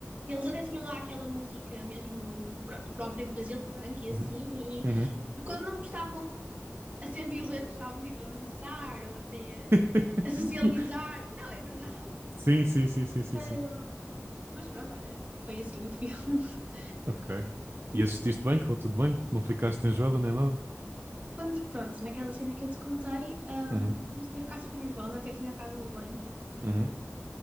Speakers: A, on the right (about 30°); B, on the right (about 50°).
A: Eles até tinham lá aquela música mesmo, pronto, própria do Brasil, funk e
B: Uhum.
A: assim,
B: Uhum.
A: e quando não estavam a ser violentos, estavam tipo a dançar ou até
B: <laughs>
A: a socializar. <laughs> Não, é verdade.
B: Sim, sim, sim, sim, sim,
A: Ahm,
B: sim.
A: mas pronto, olha, foi assim o filme. <laughs>
B: Ok. E assististe bem? Correu tudo bem? Não ficaste enjoada nem nada?
A: Quando, pronto, naquela cena que eu te contei, ahm,
B: Uhum,
A: comecei a ficar super nervosa, até fui à casa do banho.
B: uhum.